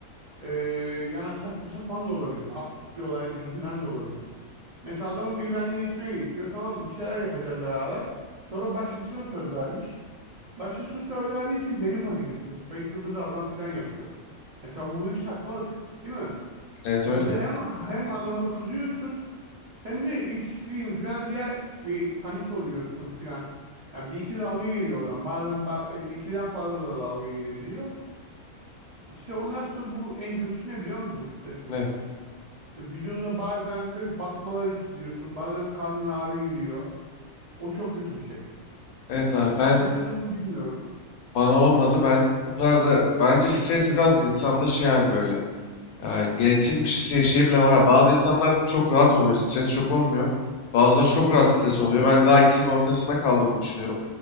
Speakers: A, on the right (about 80°); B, on the left (about 80°).
A: e, yani saçma sapan da olabiliyor. Absürt bir olay yüzünden de olabiliyor. Mesela adamın biri benimle iletişime geçiyor. Tamam mı? Bir şeyler yapacağız beraber. Sonra başkasına söz vermiş. Başkası söz verdiği için beni panik ediyor. Beni hızlı davran falan yapıyor. Mesela bu büyük saçmalık, değil mi?
B: Evet öyle.
A: Orada hem hem adama kızıyorsun Hem de yetiştireyim falan diye bir panik oluyorsun falan. Ya bir iki dalga geliyor oradan. Bazen ba- e, ikiden fazla da dalga gelebiliyor. İşte o nasıl bu en kötüsü ne biliyor musun stresin?
B: Ne?
A: E, Vücudunda bazen böyle batmalar hissediyorsun. Bazen karnın ağrı giriyor. O çok kötü bir şey.
B: Evet abi ben
A: Hiç yaşadım mı bilmiyorum.
B: Bana olmadı. Ben o kadar da bence stres biraz insanda şey abi böyle. Ya, genetik bir şey, şey bile var. abi. Bazı insanlar çok rahat oluyor. Stres çok olmuyor. Bazıları çok rahat
A: Hı hı.
B: stres oluyor. Ben daha ikisinin ortasında kaldığımı düşünüyorum.